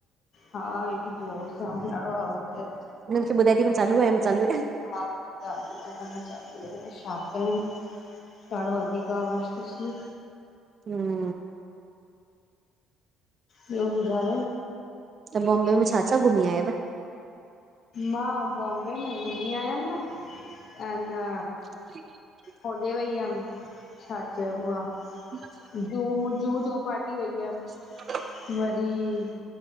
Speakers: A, on the left (about 45°); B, on the right (about 30°).
A: हा एॾी जोर सां ॾाढो आवाज़ तसि
B: ॿुधाय थी मां चालू आए मां चालू आय <unintelligible>
A: हा माली मज़ाली छा कयूं? <unintelligible> ॾाढो वधीक आवाज़ तस न
B: <unintelligible>
A: ॿियो ॿुधायो?
B: त बॉम्बे में छा- छा घुमी आयव?
A: मां बॉम्बे में घुमी आयमि न, अ न
B: <inaudible>
A: काॾे वई हुअमि छा चइबो आ?
B: <inaudible>
A: जू म जुहू चोपाटी वई हुयमि।
B: <inaudible>
A: वरी